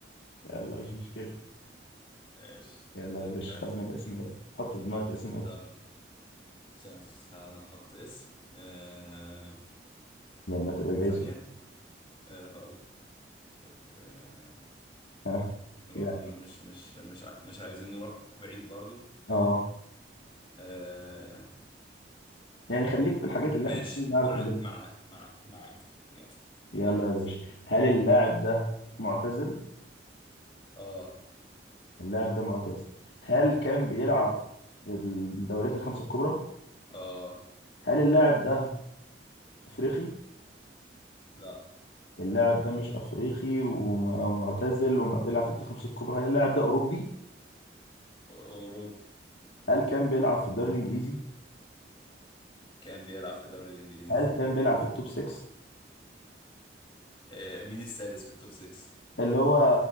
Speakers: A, on the left; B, on the left.
A: يلا مش مشكلة
B: ايش
A: يلا يا باشا
B: واحد
A: خمن
B: صفر
A: اسم
B: دي
A: يلا حط في دماغك اسم يلا
B: طب ثانية تعال نحط اسم آه...
A: لما تبقى جاهز
B: ثانية آه هقول لك آه...
A: ها
B: برضو
A: يعني
B: مش مش مش ع... مش عايزين نروح بعيد برضو
A: اه
B: آه...
A: يعني خليك في الحاجات اللي
B: ماشي
A: احنا بنعرف
B: مع...
A: نجيبها
B: معاك مع... معاك يلا
A: يلا
B: جاهز
A: يا باشا هل اللاعب ده معتزل؟
B: اه
A: اللاعب ده معتزل هل كان بيلعب في الدوريات الخمسة الكبرى؟
B: اه
A: هل اللاعب ده افريقي؟
B: لا
A: اللاعب ده مش افريقي وم- ومعتزل وبيلعب في الدوريات الخمسة الكبرى هل اللاعب ده اوروبي؟
B: أوروبي
A: هل كان بيلعب في الدوري الانجليزي؟
B: كان بيلعب في الدوري الإنجليزي
A: هل كان بيلعب في التوب 6
B: آه، مين السادس في التوب 6
A: اللي هو